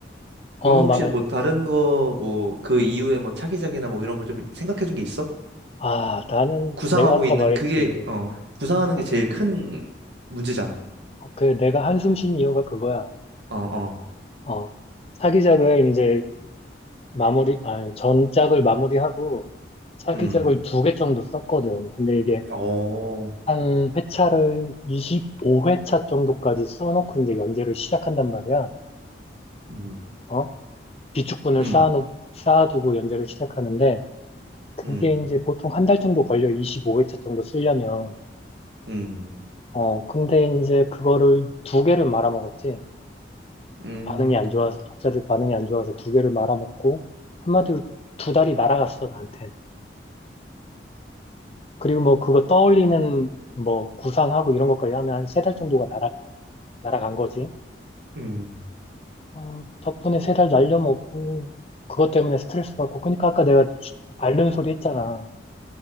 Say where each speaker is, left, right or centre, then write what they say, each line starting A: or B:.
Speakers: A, on the left; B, on the right.
A: 어
B: 너는 혹시
A: 말해
B: 뭐 다른 거, 뭐, 그 이후에 뭐 차기작이나 뭐 이런 거 좀 생각해 둔 게 있어?
A: 아 나는
B: 구상하고
A: 내가 아까
B: 있는
A: 말했지
B: 그게, 어, 구상하는
A: 아,
B: 게 제일
A: 그,
B: 큰 문제잖아.
A: 어, 그 내가 한숨 쉰 이유가 그거야
B: 어, 어.
A: 어, 사기작을 이제 마무리, 아니, 전작을 마무리하고 사기작을
B: 음.
A: 두 개 정도 썼거든. 근데 이게
B: 어.
A: 한 회차를 25회차 정도까지 써놓고 이제 연재를 시작한단 말이야.
B: 음,
A: 어? 비축분을
B: 음,
A: 쌓아놓 쌓아두고 연재를 시작하는데 그게
B: 음.
A: 이제 보통 한 달 정도 걸려. 25회차 정도 쓰려면.
B: 음.
A: 어, 근데 이제 그거를 두 개를 말아먹었지.
B: 음.
A: 반응이 안 좋아서, 독자들 반응이 안 좋아서 두 개를 말아먹고 한마디로 두 달이 날아갔어, 나한테. 그리고 뭐 그거 떠올리는 뭐 구상하고 이런 것까지 하면 한 세 달 정도가 날아, 날아간 거지.
B: 음,
A: 어, 덕분에 세 달 날려먹고 그것 때문에 스트레스 받고 그러니까 아까 내가 앓는 소리 했잖아.